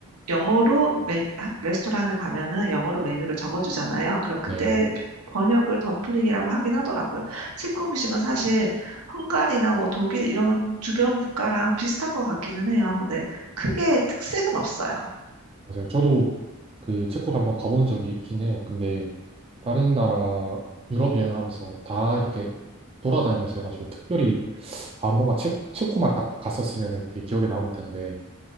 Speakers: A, on the right; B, on the right.
A: 영어로 메- 하- 레스토랑을 가면은 영어로 메뉴를 적어주잖아요. 그럼 그때
B: 네.
A: 번역을 덤플링이라고 하긴 하더라고요. 체코 음식은 사실 헝가리나 뭐 독일 이런 주변 국가랑 비슷한 것 같기는 해요. 근데 크게 특색은 없어요.
B: 맞아요. 저도 그 체코를 한번 가본 적이 있긴 해요. 근데 다른 나라 유럽 여행을 하면서 다 이렇게 돌아다니면서 해가지고 특별히 아 뭔가 체, 체코만 딱 갔었으면 그게 기억에 남을 텐데